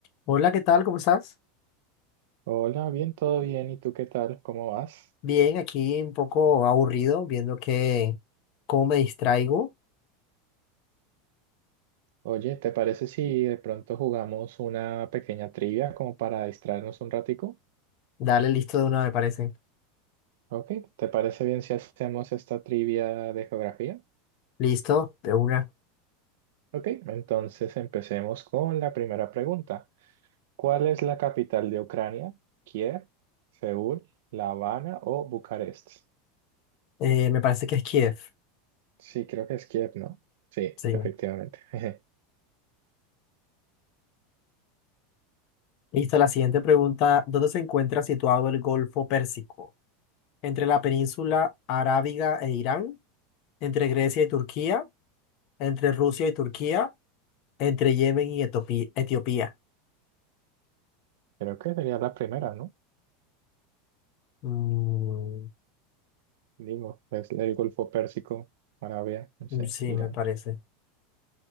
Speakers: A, on the left (about 50°); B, on the right (about 75°).
A: Hola, ¿qué tal? ¿Cómo estás?
B: Hola, bien, todo bien. ¿Y tú qué tal? ¿Cómo vas?
A: Bien, aquí un poco aburrido, viendo que cómo me distraigo.
B: Oye, ¿te parece si de pronto jugamos una pequeña trivia como para distraernos un ratico?
A: Dale, listo de una, me parece.
B: Ok, ¿te parece bien si hacemos esta trivia de geografía?
A: Listo, de una.
B: Ok, entonces empecemos con la primera pregunta. ¿Cuál es la capital de Ucrania? ¿Kiev, Seúl, La Habana o Bucarest?
A: Eh, me parece que es Kiev.
B: Sí, creo que es Kiev, ¿no? Sí,
A: Sí.
B: efectivamente. <laughs>
A: Listo, la siguiente pregunta. ¿Dónde se encuentra situado el Golfo Pérsico? ¿Entre la península arábiga e Irán? ¿Entre Grecia y Turquía? ¿Entre Rusia y Turquía? ¿Entre Yemen y Etopi- Etiopía?
B: Creo que sería la primera, ¿no?
A: Mm,
B: Digo, es el Golfo Pérsico, Arabia, no sé,
A: sí,
B: Irán.
A: me parece.